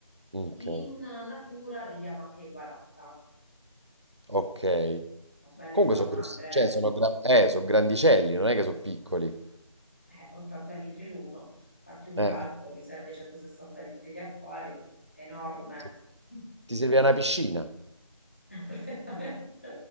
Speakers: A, on the right (about 55°); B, on the left (about 20°).
A: Ok,
B: in natura arriviamo anche ai 40,
A: ok.
B: quindi sono belle
A: Comunque
B: salamandre.
A: sono grossi, cioè sono, gra- eh, sono grandicelli, non è che sono piccoli.
B: eh, 80 litri l'uno, fatti un
A: Eh.
B: calcolo, mi serve 160 litri di acquario, enorme.
A: Sì.
B: <laughs>
A: Ti serve una piscina.
B: Perfettamente.